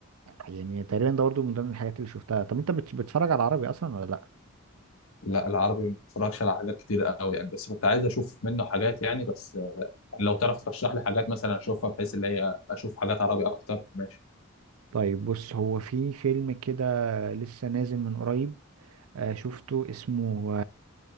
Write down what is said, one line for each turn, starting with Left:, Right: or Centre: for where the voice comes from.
Right: يعني تقريبا ده برضه من ضمن الحاجات اللي شفتها طب انت بت- بتتفرج على عربي اصلا ولا لا
Left: لا العربي ما بتفرجش على حاجات كتير قوي يعني بس كنت عايز اشوف منه حاجات يعني بس آه، لو تعرف ترشح لي حاجات مثلا اشوفها بحيث اللي هي اشوف حاجات عربي اكتر ماشي
Right: طيب بص هو في فيلم كده لسه نازل من قريب آه، شفته اسمه